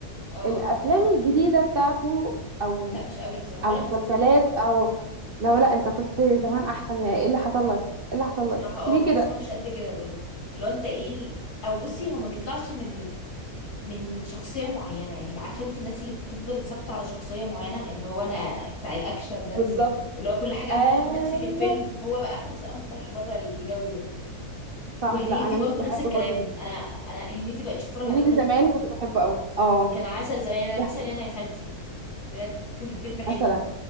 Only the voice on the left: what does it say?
اه
اه
لا مش قوي بصراحه
ولا المسلسلات
بصراحه
اه
بحس
انه مش قد كده بجد اللي هو انت ايه ال... او بصي هو ما بيطلعش من من شخصيه معينه يعني عارفه انت الناس اللي بتفضل ثابته على شخصيه معينه اللي هو انا بتاع الاكشن ده
واللي هو كل حاجه اعملها
بنفسي في الفيلم هو بقى احمد السقا ما بيطلعش بره الجو ده
وهنيدي
برضو
نفس الكلام
انا انا هنيدي بقتش اتفرج
عليه بجد
كان عسل زمان يعني
مثلا انا يا خالتي بجد كان فيلم حلو